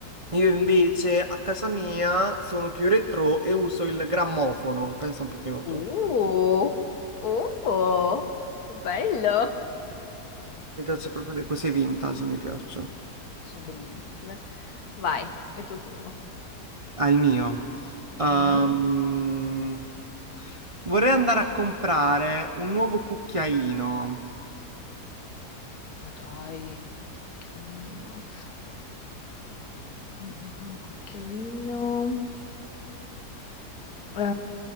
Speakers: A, on the right; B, on the left.
A: io invece a casa mia sono più retro e uso il grammofono, pensa un pochino tu.
B: Uh, uh, bello.
A: Mi piace proprio le cose vintage, mi piacciono.
B: Sono bellissime. Vai, è il tuo turno.
A: al mio. Sì. Ehm,
B: Mhm.
A: vorrei andare a comprare un nuovo cucchiaino.
B: Ma dai, cucchiaino. Mm, mm, mm, Cucchiaino. Ah,